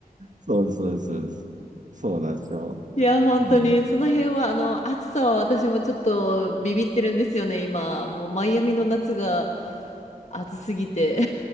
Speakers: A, on the right (about 55°); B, on the left (about 50°).
A: そうです、そうです、そうです。そうなんですよ。
B: <laughs> いや、本当に、
A: もう、
B: その辺は、あの、暑さは私もちょっとビビってるんですよね、今。もうマイアミの夏が暑すぎて。